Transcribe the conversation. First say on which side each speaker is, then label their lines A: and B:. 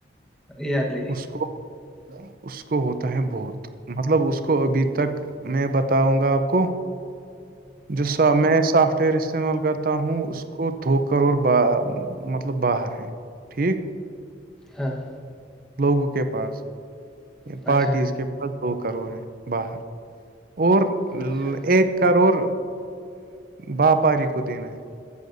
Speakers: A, in the centre; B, on the right.
A: یر لی
B: اس کو اس کو ہوتا ہے بہت مطلب اس کو ابھی تک میں بتاؤں گا آپ کو جو میں سافٹ ویئر استعمال کرتا ہوں اس کو دھو کر اور ب مطلب باہر ہیں ٹھیک
A: ہاں
B: لوگوں کے پاس
A: اچھا
B: پارٹیز کے پاس دو کروڑ ہیں باہر اور
A: اچھا
B: ایک کرڑ واپاری کو دینا ہے